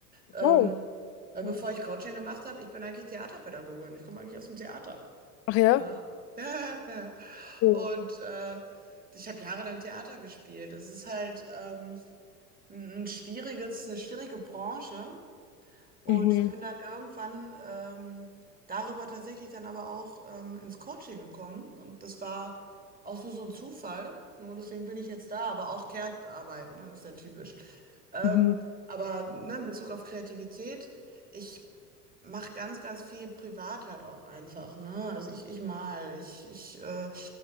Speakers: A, on the left; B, on the right.
A: Total.
B: Ähm, weil
A: Ja.
B: bevor ich Coaching gemacht habe, ich bin eigentlich Theaterpädagogin. Ich komme eigentlich aus dem Theater.
A: Ach ja?
B: Ne? <laughs> Ja, ja, ja.
A: Cool.
B: Und äh, ich habe jahrelang Theater gespielt. Es ist halt ähm, ein ein schwieriges, eine schwierige Branche. Und
A: Mhm.
B: ich bin dann irgendwann ähm, darüber tatsächlich dann aber auch ähm, ins Coaching gekommen. Und das war auch so, so ein Zufall. Nur deswegen bin ich jetzt da, aber auch Care-Arbeit, ne, ist ja typisch. Ähm,
A: Mhm.
B: aber ne, in Bezug auf Kreativität, ich mache ganz, ganz viel privat halt auch einfach, ne? Also ich, ich mal, ich, ich, äh,